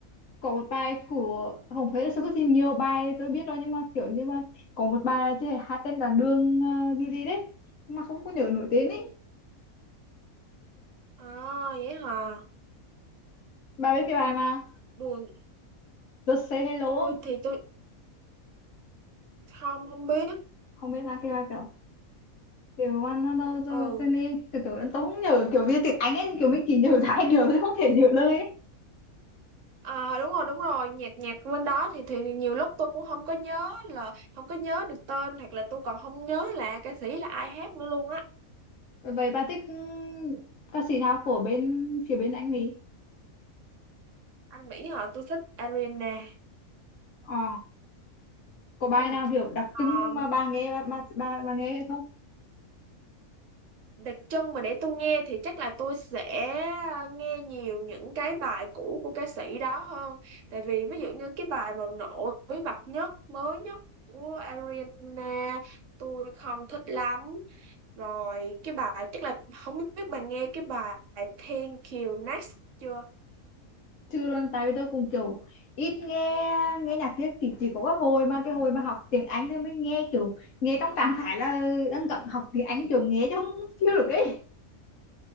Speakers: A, on the left; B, on the right.
A: có một bài của Hồng Phế là sao có thì nhiều bài tôi biết rồi nhưng mà kiểu như mà có một bài là cái hát tên đàn đường ờ, gì gì đấy nhưng mà không có nhớ nổi tên ấy
B: À vậy hả?
A: bà biết cái bài mà
B: Buồn
A: Just Say Hello
B: tôi
A: không
B: thì tôi không không biết.
A: không biết là cái bài kiểu kiểu one hello cho
B: Ừ.
A: Jenny kiểu kiểu tôi không nhớ kiểu viết tiếng Anh ấy kiểu mình chỉ nhớ <laughs> hai điều tôi không thể nhớ lời ấy
B: À đúng rồi đúng rồi, nhạc nhạc bên đó thì thì nhiều lúc tôi cũng không có nhớ là không có nhớ được tên hoặc là tôi còn không nhớ là ca sĩ là ai hát nữa luôn á.
A: vậy bà thích ừ, ca sĩ nào của bên phía bên anh Mỹ
B: Anh Mỹ hả? Tôi thích Ariana.
A: ờ có bài
B: Ừ.
A: nào kiểu đặc
B: Ờ,
A: trưng mà bà nghe bà bà bà, bà nghe không
B: đặc trưng mà để tôi nghe thì chắc là tôi sẽ à, nghe nhiều những cái bài cũ của ca sĩ đó hơn tại vì ví dụ như cái bài mà nổi bật nhất mới nhất của Ariana tôi không thích lắm rồi cái bài chắc là không biết bạn nghe cái bài Thank You Next chưa
A: chưa luôn tại vì tôi cũng kiểu ít nghe nghe nhạc kia thì chỉ có cái hồi mà cái hồi mà học tiếng Anh thì mới nghe kiểu nghe trong trạng thái là đang cần học tiếng Anh kiểu nghe chứ không feel được ấy